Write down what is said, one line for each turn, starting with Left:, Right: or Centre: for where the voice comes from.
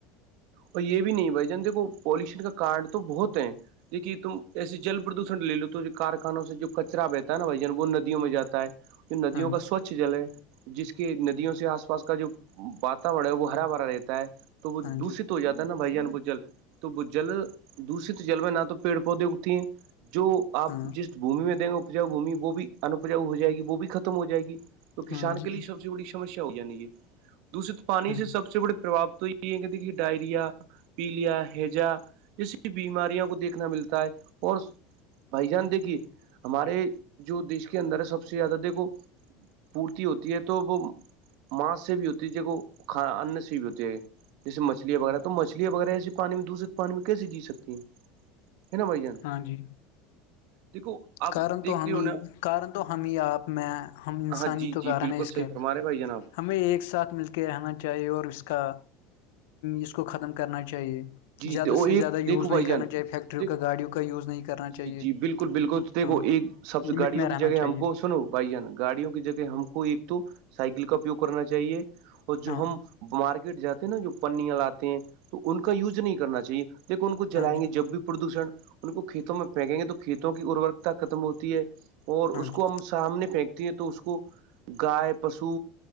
Right: اور یہ بھی نہیں بھائی جان دیکھو پولوشن کا کارڈ تو بہت ہے دھیے تم ایسے جل پردوشن لے لو تو کارخانوں سے جو کچرا بہتا ہے نا بھائی جان وہ ند یوں میں جاتا ہے ندیوں
Left: ہاں
Right: کا
Left: جی
Right: سوچھ جل ہے جس کے ندیوں سے آس پا پاس کا جو واورن ہے وہ ہرا بھرا رہتا ہے تو وہ
Left: ہاں
Right: دوشت
Left: جی ہاں جی ہاں جی
Right: ہو جاتا نا بھائی جان بجل تو بھجل دشت جل میں نہ تو پیڑ پودے اگتی ہیں جو آپ
Left: ہاں
Right: جس بھمی میں دیں گے اپجاؤ بھمی وہ بھی انپجاؤ ہو جائے گی وہ بھی ختم ہو جائے گی کسان
Left: ہاں جی
Right: کے لیے سب سے بڑی سسیا ہو جانی یہ دوسے تو پانی
Left: ہاں
Right: سے سب سے بڑے پربا تو یہ یہ یہ کہتی ت ڈائرییا پیلیا ہیجا جیسی بیماریوں کو دیکھنا ملتا ہے اور بھائی جان دیکھیے ہمارے جو دیش کے اندر سب سے زیادہ دیکھو پورتی ہوتی ہے تو وہ ماںس سے بھی ہوتی ہے ج وہ کھا انن سے بھی ہوتی ہے جیسے مچلیاں وغیرہ تو مچھلیا وغیرہ ایسے پانی میں دشت پانی میں کیسے جی سکتی ہیں ہے نا بھائی جان
Left: ہاں جی
Right: دیکھو آپ
Left: کن
Right: دیکھتی
Left: تو ہمیں
Right: ہو نا
Left: کارن تو ہمیں آپ میں ہم انسانی
Right: ہاں جی
Left: تو
Right: جی
Left: گارن
Right: بالکل
Left: ہے اس
Right: صحیح
Left: کے
Right: فرما رہے ہیں بھائی جان آپ
Left: ہمیں ایک ساتھ مل کے رہنا چاہیے اور اس کا اس کو ختم کرنا چاہیے
Right: جی
Left: زیادہ
Right: وہ
Left: سے
Right: ایک
Left: زیادہ
Right: دیکھو
Left: یوز نہیں
Right: بھائی جان
Left: کرنا چاہیے فیکٹریوں
Right: دیک
Left: کا گاڑیوں کا یوز نہیں کرنا
Right: جی
Left: چاہیے
Right: جی بالکل بالکل دھو
Left: ہاں
Right: ایک سب سے
Left: لمٹ
Right: گاڑیوں
Left: میں
Right: کی
Left: رہنا
Right: جگہ
Left: چاہیے
Right: ہم کو سنو بھائی جان گاڑیوں کی جگہ ہم کو ایک تو سائیکل کا اپیوگ کرنا چاہیے اور جو
Left: ہاں
Right: ہم مارکیٹ جاتے ہیں نا جو پنیا لاتے ہیں تو ان کا یوز نہیں کرنا چاہیے لیک ان کو جائیں
Left: ہاں جی
Right: گے جب بھی پردوشن ان کو کھیتوں میں پھینکیں گے تو کھیتوں کی اروررکتا ختم ہوتی ہے اور
Left: ہاں
Right: اس کو
Left: جی
Right: ہم سامنے پھینکتی ہے تو اس کو گائے پشو